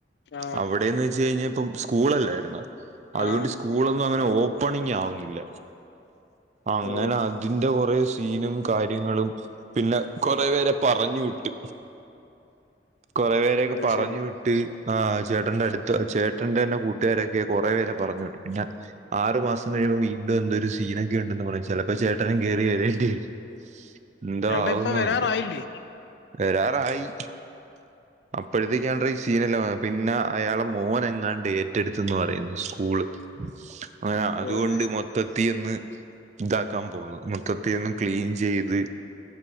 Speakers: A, on the left; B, on the right.
A: ആ
B: അവിടേന്ന് വെച്ച് കഴിഞ്ഞാ ഇപ്പം സ്കൂളല്ലായിര്ന്നാ അതുകൊണ്ട്
A: ആ
B: സ്കൂളൊ ങ്ങനെ ഓപ്പണിങ് ആവുന്നില്ല അങ്ങനെ
A: ഓ
B: അതിൻ്റെ കൊറേ സീനും. കാര്യങ്ങളും പിന്നെ കൊറേ പേരെ പറഞ്ഞു വിട്ടു, കൊറേ പേ ക്ക്
A: അത്
B: പറഞ്ഞു
A: ശരി
B: വി ട്ട് ആഹ് ചേട്ടന്റെ അടുത്ത ചേട്ടന്റെ തന്നെ കൂട്ടുകാരൊക്കെ കുറേ പേരെ പറഞ്ഞു വിട്ടു പിന്നെ ആറ് മാസം കഴിയുമ്പോ വീണ്ടും എന്തൊരു സീനൊക്കെ ഉണ്ടെന്ന് പറ ചിലപ്പോ ചേട്ടനും കേറി വരേണ്ടിവരും. എന്താ
A: ചേട്ടാ
B: ആവുംന്നെന്തോ.
A: ഇപ്പൊ വരാറായില്ലേ
B: വരാറായി അപ്പോഴ്ത്തേക്കാണ്ടീസീനല്ലാം വര് പിന്നെ അയാളെ മോന്ങ്ങാണ്ട് ഏറ്റെട്ത്തൂന്ന് പറയുന്നു സ്കൂള്. അങ്ങനെ അതുകൊണ്ട്
A: ഓ
B: മൊത്തത്തി ഒന്ന് ഇതാക്കാൻ പോകുന്നു മൊത്തത്തി ഒന്ന് ക്ലീൻ ചെയ്ത്